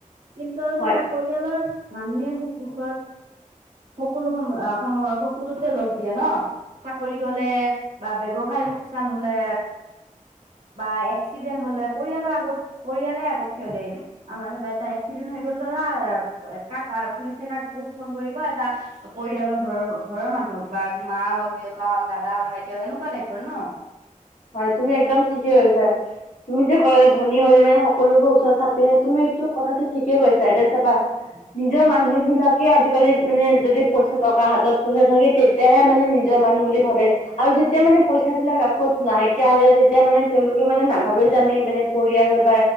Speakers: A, on the right; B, on the left.
A: কিন্তু আৰু
B: হয়
A: চাবা পৰিয়ালৰ মানুহে সুখ - দুখৰ সকলো সময় সময় সকলোতে লগ দিয়ে ন চাকৰি গ'লে বা ব্যৱসায় লোকচান হ'লে,
B: <inaudible>
A: বা এক্সিডেণ্ট হ'লে পৰিয়ালৰ আগত পৰিয়ালে আগত থিয় দেই আমাৰ সবে এটাই এক্সিডেণ্ট হৈ গ'ল দাদা কাক পুলিচে কাক বহুত ফোন কৰিব এটা পৰিয়ালৰ ঘৰৰ ঘৰৰ মানুহক বা মা হওঁক দেউতা হওঁক দাদা হওঁক ভাইটি হওঁক এনেকুৱা টাইপৰ ন।
B: হয় তুমি একদম ঠিকে কৈছা তুমি যে ক'লা ধনী হ'লে মানে সকলোবোৰ ওচৰ চাপি আহে। তুমি কথাটো ঠিকে কৈছা এতিয়া চাবা নিজৰ মানুহ বিলাকে আজিকালি মানে যদি পইচা টকা হাতত পইচা থাকে তেতিয়াহে মানে নিজৰ মানুহ বুলি ভাবে আৰু যেতিয়া মানে পইচা বিলাক আকৌ নাইকিয়া হৈ যায় তেতিয়া মানে তেওঁলোকে মানে নাভাবে যে আমি মানে পৰিয়াল হয় বা